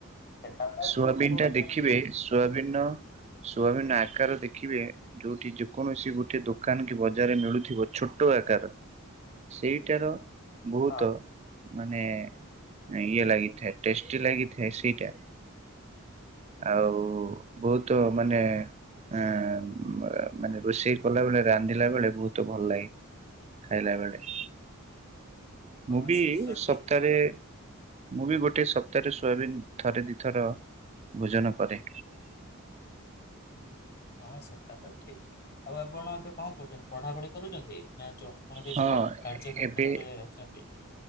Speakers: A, on the left; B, on the right.
A: ସେଟା ତ
B: ସୋୟାବିନ
A: ଠିକ କହୁଛନ୍ତି।
B: ଟା ଦେଖିବେ ସୋୟାବିନ ସୋୟାବିନର ଆକାର ଦେଖିବେ ଯୋଉଠି ଯେକୌଣସି ଗୋଟେ ଦୋକାନ କି ବଜା ଜାଗାରେ ମିଳୁଥିବ ଛୋଟ ଆକାର ସେଇଟାର ବହୁତ
A: ହଁ।
B: ମାନେ ଇଏ ଲାଗିଥାଏ ଟେଷ୍ଟି ଲାଗିଥାଏ ସେଇଟା। ଆଉ ବହୁତ ମାନେ ଆଁ ମାନେ ରୋଷେଇ କଲା ବେଳେ ରାନ୍ଧିଲା ବେଳେ ବହୁତ ଭଲ ଲାଗେ। ଖାଇଲାବେଳେ
A: ହଁ
B: ମୁଁ ବି
A: ସେଟା ତ
B: ସପ୍ତାହରେ
A: ଠିକ କଥା
B: ମୁଁ ବି ଗୋଟେ ସପ୍ତାହରେ ସୋୟାବିନ ଥରେ ଦିଥ ଥର ଭୋଜନ କରେ।
A: ହଁ ସେଟା ତ ଠିକ ଆଉ ଆପଣ ଏବେ କଣ କରୁଛନ୍ତି ପଢାପଢି କରୁଛନ୍ତି ନା ଜବ? କୌଣସି
B: ହଁ
A: କାର୍ଯ୍ୟ କ୍ଷେତ୍ରରେ
B: ଏବେ
A: ଅଛନ୍ତି?